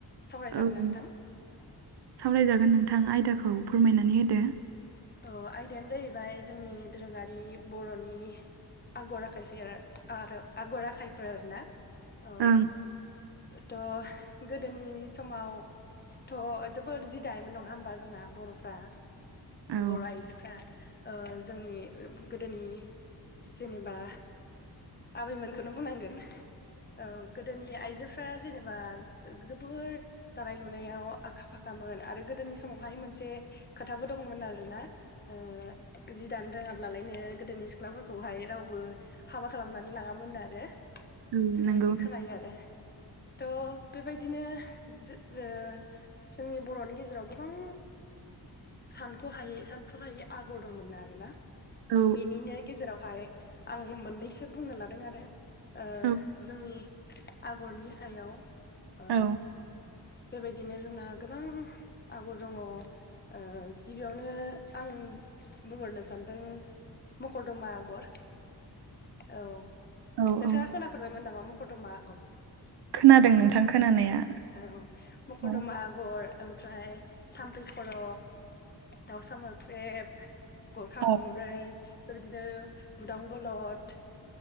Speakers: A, on the left (about 25°); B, on the right (about 75°).
A: सावरायजागोन
B: ओं
A: ना नोंथां?
B: सावरायजागोन नोंथां आयदाखौ फोरमायनानै होदो
A: आयदायानो जाहैबाय जोंनि दोरोङारि बर'नि आगर आखाइ आरो आगर आखाइफोर आरोना? अ
B: ओं
A: थ' गोदोनि समाव थ' जोबोद जिदायोमोन नङा होमबा जोंना बर'फ्रा।
B: औ
A: बर' आइजोफ्रा ओ जोंनि गोदोनि जेनेबा आबैमोनखौनो बुंनांगोन औ गोदोनि आइजो फ्रा जेनेबा जोबोर दानाय लुनायाव आखा फाखामोन आरो गोदोनि समावहाय मोनसे खोथाबो दंमोन आरोना ओ जि दानो रोङाब्लालायनो गोदोनि सिख्लाफोरखौहाय रावबो हाबा खालामनानै लाङामोन आरो बेफोरबायदि
B: औ नंगौ
A: खोनायो आरो थ' बेबायदिनो जो ओ जोंनि बर'नि गेजेराव गोबां सानख'हायै सानथ'हायै आगर दंमोन आरोना
B: औ
A: बेनिनो गेजेरावहाय आं मोननैसो बुंनो लादों आरो ओ
B: औ
A: जोंनि आगरनि सायाव ओ
B: औ
A: बेबायदिनो जोंना गोबां आगर दङ ओ गिबियावनो आं बुंहरनो सानदों मकरदमा आगर औ
B: औ
A: नोंथाङा
B: औ
A: खोनाफेरबायमोन नामा मख'र दमा आगर
B: खोनादों नोंथां खोनानाया
A: ओ औ मकरदमा
B: औ
A: आगर ओमफ्राय थाम्फै खर' दाउसा मोख्रेब गरखा
B: औ
A: गंब्रै बिदिनो बुदां बलद